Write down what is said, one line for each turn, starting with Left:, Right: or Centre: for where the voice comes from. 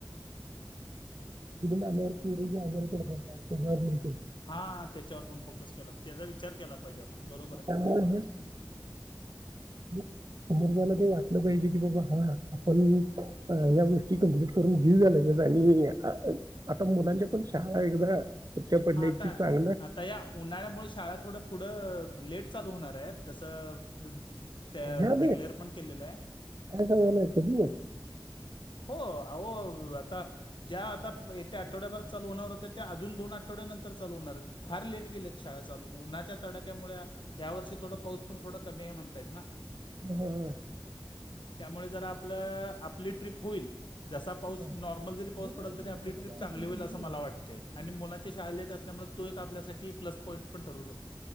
Right: आल्या वर पोरी आजारी तेन <inaudible>
Left: हा त्याच्यावर पण फोकस केला त्याचा विचार केला पाहिजे बरोबर आहे.
Right: त्यामुळे
Left: बरोबर आहे.
Right: अमजला ते वाटलं पाहिजे की बाबा हा आपण या्या गोष्टी कंप्लीट करून घेऊया लगेच आणि येऊया. आता मुलांच्या पण शाळा एकदा. सुट्ट्या पडल्या
Left: हा आता
Right: की चांगलं
Left: आता या उन्हाळ्यामुळे शाळा थोडं पुढं. लेट चालू होणारायत तसं. त्या
Right: या
Left: डिक्लेअर पण केलेलं आहे
Right: म्हणला कधी.
Left: हो. अहो आता ज्या आता येत्या आठवड्याभरात चालू होणार होत्या त्या अजून दोन आठवड्यानंतर चालू होणार आहित. फार लेट गेलेत शाळा चालू उन्हाच्या तड्या. त्यामुळं या वर्षी थोडं पाऊस पण थोडं कमी आहे म्हणतात ना
Right: <unintelligible>
Left: त्यामुळ जर आप आपल आपली ट्रीप होईल. जसा पाऊस
Right: हा.
Left: नॉर्मल जरी
Right: बघूया
Left: पाऊस पडल
Right: की
Left: तरी
Right: मग
Left: आपली
Right: तसं काय
Left: ट्रीप चांगली
Right: असेल
Left: होईल
Right: तर बघूया
Left: असं मला वाटतय आणि मुला शाळा लेट असल्यामुळे तो एक आपल्यासाठी प्लस पॉईंट पण ठरू शकतो.